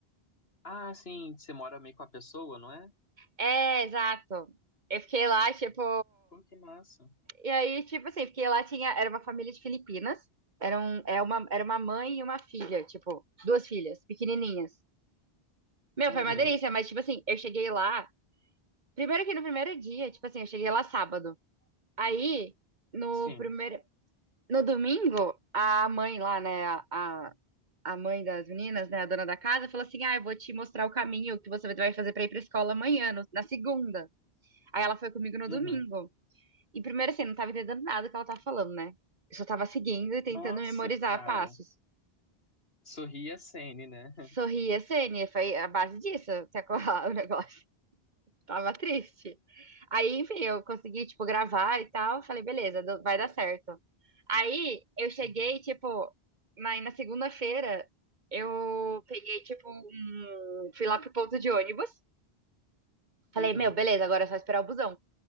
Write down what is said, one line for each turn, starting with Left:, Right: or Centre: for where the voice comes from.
Left: Ah, sim, você mora meio com a pessoa, não é?
Right: É, exato. Eu fiquei lá, tipo,
Left: Pô, que massa.
Right: E aí, tipo assim, porque lá tinha, era uma família de Filipinas, era, um, é uma, era uma mãe e uma filha, tipo, duas filhas, pequenininhas. Meu,
Left: Uhum.
Right: foi uma delícia, mas, tipo assim, eu cheguei lá, primeiro que no primeiro dia, tipo assim, eu cheguei lá sábado. Aí, no
Left: Sim.
Right: primeiro, no domingo, a mãe lá, né, a, a, a mãe das meninas, né, a dona da casa, falou assim, ah, eu vou te mostrar o caminho que você vai fazer pra ir pra escola amanhã, no- na segunda. Aí ela foi comigo no
Left: Uhum.
Right: domingo. E primeiro, assim, não tava entendendo nada do que ela tava falando, né? Eu só tava seguindo e tentando
Left: Nossa,
Right: memorizar
Left: cara.
Right: passos.
Left: Sorri a Sene, né? <laughs>
Right: Sorria, Sênia, foi a base disso, até <laughs> colar o negócio. <laughs> Tava triste. Aí, enfim, eu consegui, tipo, gravar e tal. Falei, beleza, do- vai dar certo. Aí, eu cheguei, tipo, na, na segunda-feira, eu peguei, tipo, um... Fui lá pro ponto de ônibus. Falei,
Left: Uhum.
Right: meu, beleza, agora é só esperar o busão.